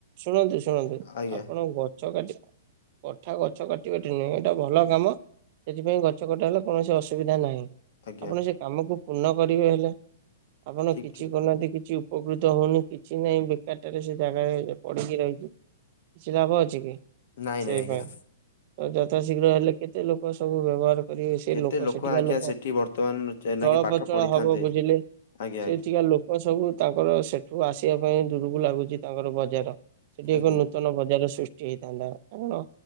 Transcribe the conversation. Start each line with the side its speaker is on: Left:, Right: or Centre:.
Right: ଶୁଣନ୍ତୁ ଶୁଣନ୍ତୁ
Left: ଆଜ୍ଞା
Right: ଆପଣ ଗ ଛ କାଟି। କଥା ଗଛ କାଟିବା ଠି ନୁହଁ ଏଇଟା ଭଲ କାମ ସେଥିପାଇଁ ଗଛ କଟା ହେଲେ କୌଣସି ଅସୁବିଧା ନାହିଁ।
Left: ଆଜ୍ଞା
Right: ଆପଣ ସେ କାମକୁ ପୂର୍ଣ୍ଣ କରିବେ ହେଲେ ଆପଣ
Left: ଠିକ
Right: କିଛି
Left: ଠିକ
Right: କରୁ ନାହାନ୍ତି କିଛି। ଉପକୃତ ହଉନି କିଛି ନାହିଁ ବେକାରଟାରେ ସେ ଜାଗାରେ ପଡିକି ରହିଛି। କିଛି ଲାଭ ଅଛି କି
Left: ନାଇଁ
Right: ସେଇ
Left: ନାଇଁ ଆଜ୍ଞା
Right: ପାଇଁ ତାକୁ ଯଥାଶୀଘ୍ର ହେଲେ କେତେ ଲୋକ ସବୁ ବ୍ୟବହାର। କରିବେ ସେ
Left: କେତେ
Right: ଲୋକ ସେଠିକା
Left: ଆଜ୍ଞା
Right: ଲୋକ
Left: ସେଠି ବର୍ତ୍ତମାନ ଏଇନାକେ
Right: ଚଳପ୍ରଚଳ
Left: ପାଠ ପଢିଥାନ୍ତେ
Right: ହବ ବୁଝିଲେ।
Left: ଆଜ୍ଞା
Right: ସେଠିକା
Left: ଆଜ୍ଞା
Right: ଲୋକ ସବୁ ତାଙ୍କର ସେଠୁ ଆସିବା ପାଇଁ ଦୂରକୁ ଲାଗୁଛି ତାଙ୍କର ବଜାର। ସେଠି ଏକ
Left: ଆଜ୍ଞା।
Right: ନୂତନ ବଜାର ସୃଷ୍ ହେଇଥାନ୍ତା କାରଣ